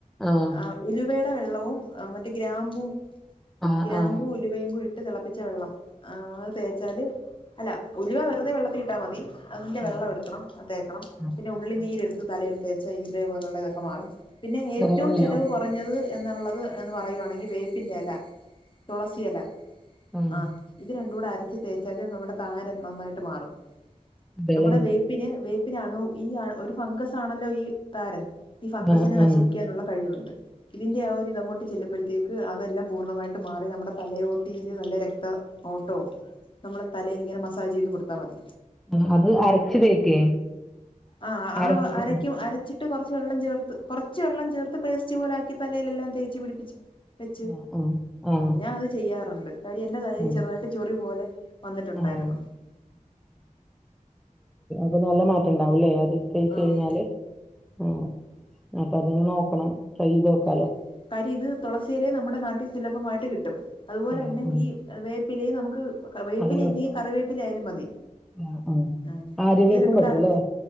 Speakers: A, in the centre; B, on the left (about 40°).
A: ആഹ
B: ആഹ് ഉലുവയുടെ വെള്ളവും ആ മറ്റേ ഗ്രാമ്പു
A: ആഹ്
B: ഗ്രാബു
A: ആഹ്
B: ഉലുവയും ഇട്ട് തിളപ്പിച്ച വെള്ളം ആ അത് തേച്ചാല് അല്ല ഉലുവ വെറുതെ വെള്ളത്തി ഇട്ടാ മതി അതിന്റെ വെള്ളം
A: ആഹ്
B: എടുക്കണം തേക്കണം
A: ആഹ്
B: പിന്നെ ഉള്ളി നീര് എടുത്ത് തലയിൽ തേ ച്ചാ ഇത്പോലെയുള്ളതൊക്കെ മാറും പിന്നെ ഏറ്റവും
A: ചെറിയ ഉള്ളിയോ
B: ചെലവ് കുറഞ്ഞത് എന്നുള്ളത് എന്ന് പറയുവാണെങ്കിൽ വേപ്പിന്റെ എല തുളസിയെല
A: ഉം
B: ആ ഇത് രണ്ടും കൂടെ അര അരച്ച് തേച്ചാൽ നമ്മുടെ താരൻ നന്നായിട്ട് മാറും
A: അതെല്ലേ
B: നമ്മുടെ വേപ്പിന് വേ പിന്നെ അണു ഈ ആ ഒരു ഫംഗസ് ആണല്ലോ ഈ താരൻ ഈ ഫംഗസിനെ
A: ആഹ്
B: നശിപ്പിക്കാനുള്ള
A: ആഹ്
B: കഴിവുണ്ട് ഇതിന്റെ ആ ഒരു ഇതങ്ങോട്ട് ചെല്ലുമ്പോഴത്തേക്ക് അതെല്ലാം പൂർണ്ണമായിട്ട് മാറി നമ്മുടെ തലയോട്ടിയില് നല്ല രക്ത ഓട്ടവും നമ്മള് തലയിൽ ഇങ്ങനെ മസാജ് ചയ്തു കൊടു കൊടുത്താമതി
A: ആഹ് അത് അരച്ച് തേക്കേ
B: ആഹ് ആഹ്
A: അരച്ച്
B: അരക്കും അരച്ച് ട്ട് കുറച്ച് വെള്ളം ചേർത്ത് കുറച്ച് വെള്ളം ചേർത്ത് പേസ്റ്റ് പോലെ ആക്കി തലയിലെല്ലാം തേച്ച് പിടിപ്പിച്ചു വെച്ചു
A: ആഹ് ആഹ് ആഹ്
B: ഞാൻ അത് ചെയ്യാറുണ്ട് കാര്യം എന്റെ തലയിൽ
A: ആഹ്
B: ചെറുതായിട്ട് ചൊറി പോലെ വന്നിട്ടുണ്ടായിരുന്നു
A: ആഹ് അപ്പം നല്ല മാറ്റംണ്ടാവല്ലേ എന്നാല് തേച്ചു കഴിഞ്ഞാല്
B: ആഹ്
A: ആഹ് അപ്പൊ അതൊന്ന് നോക്കണം ട്രൈ ചെയ്ത് നോക്കാലോ
B: ഉം കാര്യം ഇത് തുളസിയിലെ നമ്മുടെ നാട്ടിൽ സുലഭമായിട്ട് കിട്ടും അതുപോലെ
A: ആഹ്
B: തന്നെ
A: ആഹ്
B: ഈ വേപ്പിലയും നമുക്ക് <unintelligible> വേപ്പില
A: അതും കിട്ടും
B: ഇല്ലെങ്കി കറിവേപ്പില ആയാലും മതി
A: ആഹ് ആഹ്
B: ആ
A: ആര്യവേപ്പും
B: ഇത് രണ്ട് കൂടെ
A: പറ്റൂല്ലേ
B: അരച്ച്